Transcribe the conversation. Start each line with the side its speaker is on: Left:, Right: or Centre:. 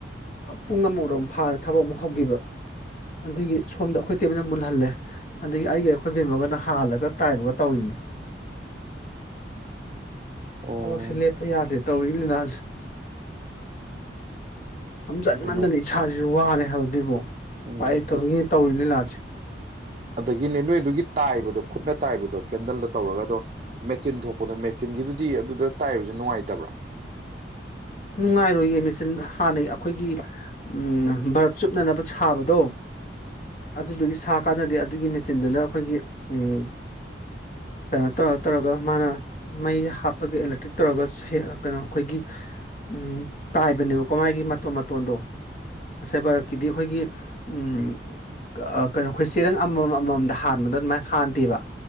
Left: ꯄꯨꯡ ꯑꯃꯔꯣꯝ ꯐꯥꯔꯦ ꯊꯕꯛ ꯑꯃꯨꯛ ꯍꯧꯒꯤꯕ ꯑꯗꯨꯒꯤ ꯁꯣꯝꯗ ꯑꯩꯈꯣꯏ ꯇꯦꯝꯃꯅ ꯃꯨꯜꯍꯜꯂꯦ ꯑꯗꯒꯤ ꯑꯩꯒꯥ ꯑꯩꯈꯣꯏ ꯕꯦꯝꯃꯒꯅ ꯍꯥꯥꯜꯂꯒ ꯇꯥꯏꯕꯒ ꯇꯧꯔꯤꯅꯤ
Right: ꯑꯣ
Left: ꯊꯕꯛꯁꯦ ꯂꯦꯞꯄꯨ ꯌꯥꯗ꯭ꯔꯦ ꯇꯧꯔꯤ ꯂꯤꯂꯥꯁꯦ ꯐꯝꯖꯟꯃꯟꯗꯅ
Right: ꯑꯗꯨꯃꯥꯏꯅ
Left: ꯏꯁꯥꯁꯤꯁꯨ ꯋꯥꯔꯦ ꯍꯥꯏꯕ ꯗꯤꯕꯣ
Right: ꯎꯝ
Left: ꯎꯄꯥꯏꯂꯩꯇꯕꯒꯤꯅꯤ ꯇꯧꯔꯤ ꯂꯤꯂꯥꯁꯦ
Right: ꯑꯗꯒꯤꯅꯦ ꯅꯣꯏ ꯑꯗꯨꯒꯤ ꯇꯥꯏꯕꯗꯣ ꯈꯨꯠꯅ ꯇꯥꯏꯕꯗꯣ ꯀꯦꯟꯗꯜꯗ ꯇꯧꯔꯒꯗꯣ ꯃꯦꯆꯤꯟ ꯊꯣꯛꯄꯗꯣ ꯃꯦꯆꯤꯟꯒꯤꯗꯨꯗꯤ ꯑꯗꯨꯗ ꯇꯥꯏꯕꯁꯦ ꯅꯨꯡꯉꯥꯏꯇꯕ꯭ꯔ
Left: ꯅꯨꯡꯉꯥꯏꯔꯣꯏꯌꯦ ꯃꯦꯆꯤꯟ ꯍꯥꯟꯅꯩ ꯑꯩꯈꯣꯏꯒꯤ ꯎꯝ ꯚꯥꯔꯞ ꯆꯨꯞꯅꯅꯕ ꯁꯥꯕꯗꯣ ꯑꯗꯨꯗꯨꯒꯤ ꯁꯥ ꯀꯥꯟꯗꯗꯤ ꯑꯗꯨꯒꯤ ꯃꯦꯆꯤꯟꯗꯨꯅ ꯑꯩꯈꯣꯏꯒꯤ ꯎꯝ ꯀꯩꯅꯣ ꯇꯧꯔ ꯇꯧꯔꯒ ꯃꯥꯅ ꯃꯩ ꯍꯥꯞꯄꯒ ꯑꯦꯂꯦꯛꯇ꯭ꯔꯤꯛ ꯇꯧꯔꯒ ꯀꯩꯅꯣ ꯑꯩꯈꯣꯏꯒꯤ ꯎꯝ ꯇꯥꯏꯕꯅꯦꯕꯀꯣ ꯃꯥꯥꯏꯒꯤ ꯃꯇꯣꯟ ꯃꯇꯣꯟꯗꯣ ꯉꯁꯥꯏ ꯚꯥꯔꯞꯀꯤꯗꯤ ꯑꯩꯈꯣꯏꯒꯤ ꯎꯝ ꯑꯥ ꯀꯩꯅꯣ ꯑꯩꯈꯣꯏ ꯆꯦꯔꯪ ꯑꯃꯃꯝ ꯑꯃꯃꯝꯗ ꯍꯥꯟꯕꯗꯣ ꯑꯗꯨꯃꯥꯏꯅ ꯍꯥꯟꯗꯦꯕ